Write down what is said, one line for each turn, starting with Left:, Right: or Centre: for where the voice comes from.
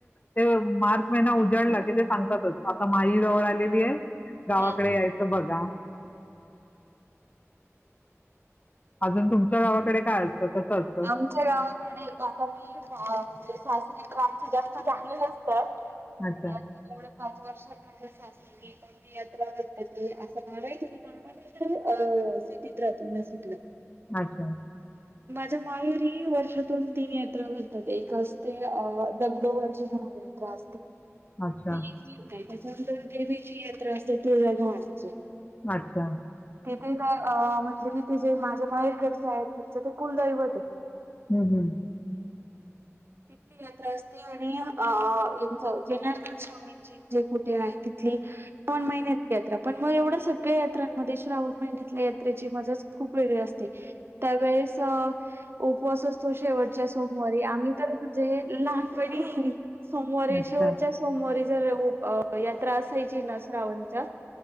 Left: ते मार्च महिन्या उजाडला की ते सांगतात. आता माही जवळ आलेली आहे गावाकडे
Right: हा.
Left: यायचं बघा. अजून तुमच्या गावाकडे काय असतं. कसं असतं
Right: आमच्या गावाकडे आता मी म्हणजे सासरी तर आमच जास्त चांगलं नसत. मी
Left: अच्छा
Right: आज एवढ पाच वर्षात माझे.... कोणती यात्रा करतात असं मारय क... अ सिटीत राहतो नाशिकला...
Left: अच्छा....
Right: माझ्या माहेरी वर्षातून तीन यात्रा करतात एक असते दगडोबाची यात्रा...
Left: अच्छा
Right: त त्याच्यानंतर देवीची यात्रा असते तुळजाभवानीची.
Left: अच्छा...
Right: तिथे म्हणजे तिथे जे माझ्या माहेकडचे आहेत तिचं ते कुलदैवत आहे.
Left: हम्म हम्
Right: तिथली यंत्रा असते आणि अ यांच जनारदन स्वामींचे जे कुठे आहे. श्रावण महिन्यात यात्रा पण मग एवढ्या सगळ्या यात्रांमध्ये श्रावण महिन्यातल्या यात्रेची मजाच.... खूप वेगळे असते त्यावेेळेस उपवासच तो शेवटच्या सोमवारी आम्ही..... तर म्हणजे लहानपणी सोमवारी
Left: अच्छा
Right: शेवटच्या सोमवारी... जर यात्रा असायची श्रावणाचा....